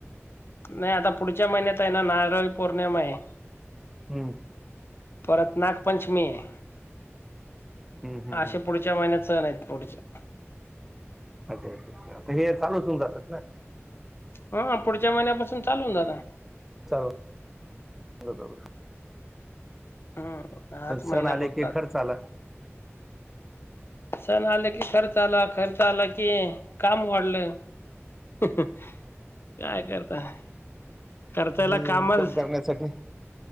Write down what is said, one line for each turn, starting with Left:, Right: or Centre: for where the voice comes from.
Left: नाही आता पुढच्या महिन्यात आहे ना नारळी पौर्णिमा आहे.
Centre: हम्
Left: परत नागपंचमी आहे
Centre: हम्म हम्म
Left: अशे
Centre: हम्म
Left: पुढ पुढच्या महिन्यात सण आहेत पुढच्या
Centre: अच्छा अच्छा हे चालूच होऊन जातात ना.
Left: ह पुढच्या महिन्यापासून चालूू होऊन दादा
Centre: चाल <unintelligible>
Left: हम्म. हाच महिना
Centre: सण आले
Left: फक्त
Centre: कि
Left: आता
Centre: खर्च आला.
Left: सण आलं की खर्च आला खर्च आला की काम वाढलं. काय करता करताल
Centre: इन्कम
Left: कामच
Centre: करण्यासाठी